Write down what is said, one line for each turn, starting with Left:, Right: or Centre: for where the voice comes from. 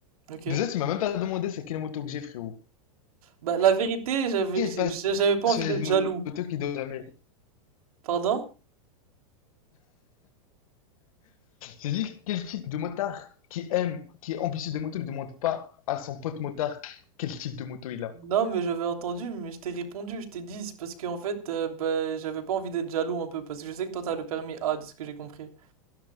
Right: Ok.
Left: Déjà, tu m'as même pas demandé c'est quelle moto que j'ai, frérot.
Right: Bah, la vérité, j'avais
Left: Quel
Right: j'a-
Left: passionné
Right: j'avais pas envie d'être
Left: de
Right: jaloux.
Left: moto qui donne jamais.
Right: Pardon?
Left: J'ai dit, quel type de motard qui aime, qui est ambitieux des motos, ne demande pas à son pote motard quel type de moto il a.
Right: Non, mais j'avais entendu, mais je t'ai répondu, je t'ai dit. c'est Parce qu'en fait, euh, bah, j'avais pas envie d'être jaloux un peu. Parce que je sais que toi, t'as le permis A, de ce que j'ai compris.